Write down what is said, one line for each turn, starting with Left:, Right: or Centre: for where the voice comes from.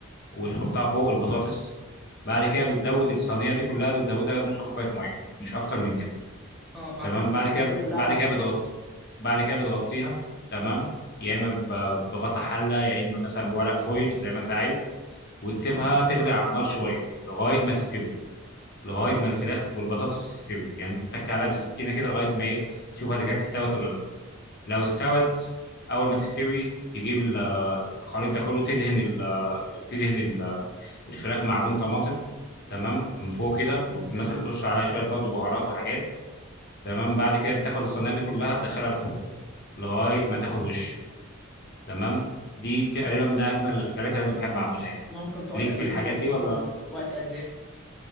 Left: وتحطها فوق البطاطس بعد كده بتزود الصينية دي كلها بتزودها نص كوباية مية مش أكتر من كده
Centre: اه بعد
Left: تمام
Centre: ما تحط
Left: بعد
Centre: الحاجات
Left: كده
Centre: دي كلها
Left: بعد
Centre: على بعضها
Left: كده بتغطي بعد كده بتغطيها تمام يا إما ب- بغطا حلة يا إما مثلا بورق فويل زي ما أنت عايز وتسيبها
Centre: ايوه
Left: تغلي على النار شوية لغاية ما تستوي لغايه
Centre: تمام
Left: ما الفراخ والبطاطس تستوي يعني انت تتك عليها بالسكينه كده لغايه ما ايه تشوف اذا كانت استوت ولا لا لو
Centre: آه.
Left: استوت اول ما تستوي تجيب ال- الخليط ده كله تدهن ال- تدهن ال- الفراخ معجون طماطم تمام من فوق كده ومثلا
Centre: تمام.
Left: ترش عليها شويه برضه بهارات وحاجات تمام بعد كده بتاخد الصينيه دي كلها تدخلها الفرن لغايه ما تاخد وش تمام دي تقريبا من اجمل الاكلات اللي انا بحب اعملها يعني
Centre: ممكن تقعد
Left: ليك
Centre: قد
Left: في
Centre: ايه
Left: الحاجات
Centre: مثلا
Left: دي
Centre: في الفرن
Left: ولا
Centre: وقت قد ايه